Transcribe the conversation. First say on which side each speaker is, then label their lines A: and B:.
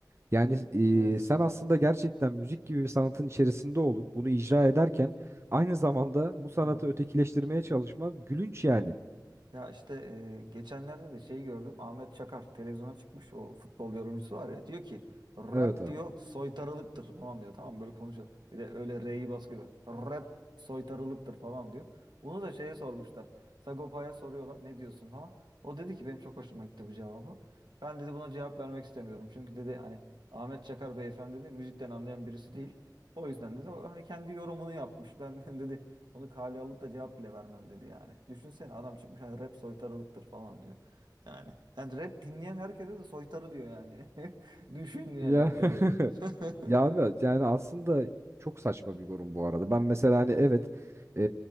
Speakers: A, on the right; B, on the right.
A: Yani
B: Evet.
A: e, sen aslında gerçekten müzik gibi bir sanatın içerisinde olup bunu icra ederken aynı zamanda bu sanatı
B: Hı hı.
A: ötekileştirmeye çalışma gülünç yani.
B: Ya işte e, geçenlerde de şeyi gördüm. Ahmet Çakar televizyona çıkmış. O futbol yorumcusu var ya. Diyor ki rap
A: Evet abi.
B: diyor soytarılıktır falan diyor. Tamam mı? böyle konuşuyor. Bir de öyle R'yi bas gibi. Rap soytarılıktır falan diyor. Bunu da şeye sormuşlar. Sagopa'ya soruyorlar ne diyorsun falan. O dedi ki benim çok hoşuma gitti bu cevabı. Ben dedi buna cevap vermek istemiyorum. Çünkü dedi hani Ahmet Çakar beyefendi dedi müzikten anlayan birisi değil. O yüzden dedi o hani kendi yorumunu yapmış. Ben <laughs> dedi onu kale alıp da cevap bile vermem dedi yani. Düşünsene adam çıkmış hani rap soytarılıktır falan diyor. Yani, yani rap dinleyen herkese de soytarı diyor yani. <laughs> Düşün yani
A: Ya
B: olaya
A: <laughs>
B: bak. <laughs>
A: Ya abi yani aslında çok saçma bir yorum bu arada. Ben mesela hani evet
B: Hı,
A: e,